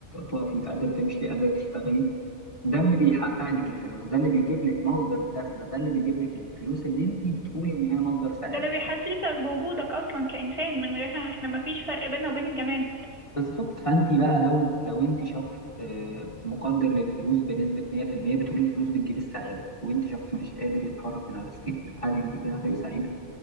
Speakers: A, on the left; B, on the right.
A: تقفي قادرة تمشي قادرة تشتغلي ده اللي بيحقق لك الفلوس ده اللي بيجيب لك مصدر الدخل ده اللي بيجيب لك الفلوس اللي أنت بتقولي إن هي مصدر سعادة
B: ده اللي بيحسسك بوجودك اصلا كإنسان من غيرها احنا مفيش فرق بيننا وبين الجماد
A: بالظبط فانت بقى لو لو انت شخص آه، مقدر للفلوس بنسبه 100% بتقولي الفلوس بتجيب السعاده وانت شخص مش قادر يتحرك من على السرير هل انت كده هتبقي سعيده